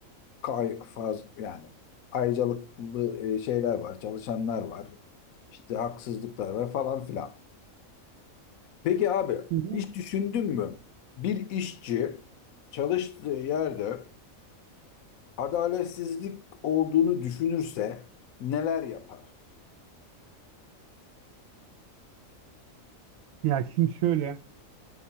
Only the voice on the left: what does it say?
kay faz yani ayrıcalıklı e, şeyler var, çalışanlar var. İşte haksızlıklar var falan filan. Peki abi
hiç düşündün mü? Bir işçi çalıştığı yerde adaletsizlik olduğunu düşünürse neler yapar?